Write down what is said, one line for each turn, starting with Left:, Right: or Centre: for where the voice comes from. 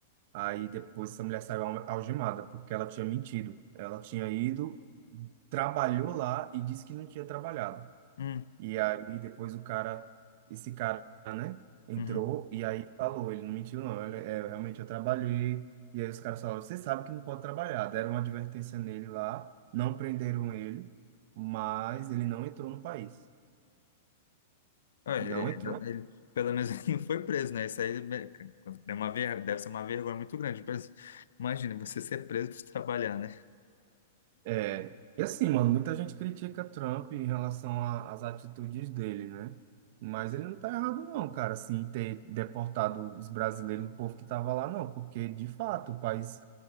Right: Aí depois essa mulher saiu al- algemada, porque ela tinha mentido. Ela tinha ido, trabalhou lá e disse que não tinha trabalhado.
Left: Hum,
Right: E aí depois o cara, esse cara, né, entrou
Left: uhum.
Right: e aí falou, ele não mentiu não, ele, é, eu realmente eu trabalhei. E aí os caras falaram, você sabe que não pode trabalhar. Deram uma advertência nele lá, não prenderam ele, mas ele não entrou no país.
Left: Ah, é-
Right: Não
Left: é
Right: entrou.
Left: exato, ele- pelo menos <laughs> ele não foi preso, né? Isso aí né, é uma ver, deve ser uma vergonha muito grande. pra- Imagina você ser preso por trabalhar, né?
Right: É, e assim, mano, muita gente critica Trump em relação a- às atitudes dele, né? Mas ele não tá errado não, cara, assim, em ter deportado os brasileiros, o povo que tava lá, não, porque de fato o país